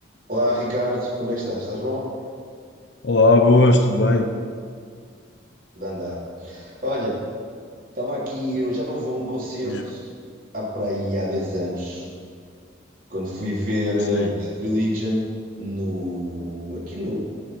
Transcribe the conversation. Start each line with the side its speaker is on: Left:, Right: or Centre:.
Right: Olá Ricardo, como é que estás? Estás bom?
Left: Olá, boas, tudo bem?
Right: De andar. Olha, estava aqui, eu já não vou a um concerto
Left: Diz-me.
Right: há para aí há 10 anos, quando fui ver eh,
Left: Sim.
Right: Bad Religion no, aqui no,